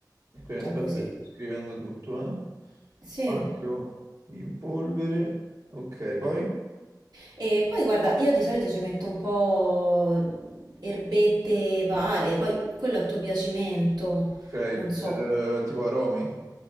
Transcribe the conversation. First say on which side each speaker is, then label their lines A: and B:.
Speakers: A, on the right (about 50°); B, on the right (about 65°).
A: Ok, aspetta
B: già così.
A: che sto scrivendo tutto, eh.
B: Sì.
A: Accio, In polvere. Ok, poi?
B: E poi guarda, io di solito ci metto un po' erbette varie, poi quello a tuo piacimento,
A: Ok,
B: non so,
A: per eh, tipo aromi.